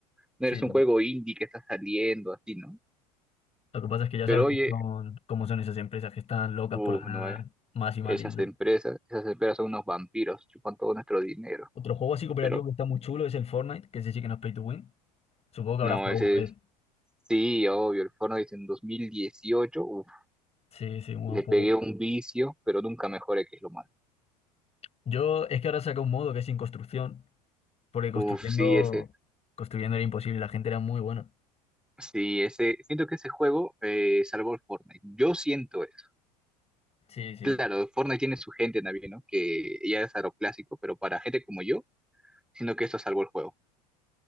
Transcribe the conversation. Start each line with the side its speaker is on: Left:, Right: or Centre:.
Centre: No
Left: Sí,
Centre: eres un juego indie que está saliendo, así, ¿no?
Left: lo que pasa es que ya
Centre: Pero
Left: sabes
Centre: oye,
Left: cómo son, cómo son esas empresas que están locas
Centre: uff,
Left: por ganar
Centre: no, eh,
Left: más y más
Centre: Esas
Left: dinero.
Centre: empresas, esas empresas son unos vampiros, chupan todo nuestro dinero.
Left: Otro juego así cooperativo
Centre: Pero
Left: que está muy chulo es el Fortnite, que ese sí que no es pay to win. Supongo que
Centre: no,
Left: habrás jugado
Centre: ese
Left: una vez.
Centre: Sí, obvio, el Fortnite en 2018, uf,
Left: Sí, sí, un
Centre: le
Left: buen juego.
Centre: pegué un vicio, pero nunca mejoré, que es lo malo.
Left: Yo es que ahora saca un modo que es sin construcción, porque construyendo,
Centre: Uf, sí, ese,
Left: construyendo era imposible, la gente era muy buena.
Centre: sí, ese, siento que ese juego eh, salvó el Fortnite. Yo siento eso.
Left: Sí, sí.
Centre: Claro, Fortnite tiene su gente también, ¿no? Que ya es a lo clásico, pero para gente como yo, siento que esto salvó el juego.